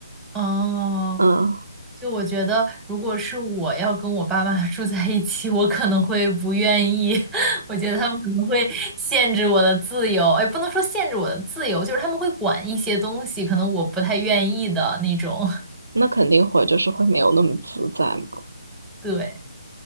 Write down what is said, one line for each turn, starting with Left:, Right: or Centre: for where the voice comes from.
Centre: 哦，
Right: 嗯，
Centre: 就我觉得，如果是我要跟我爸妈 <laughs> 住在一起，我可能会不愿意。<laughs> 我觉得他们可能会限制我的自由，哎，不能说限制我的自由，就是他们会管一些东西，可能我不太愿意的那种。
Right: 那肯定会就是会没有那么自在嘛。
Centre: <laughs> 对。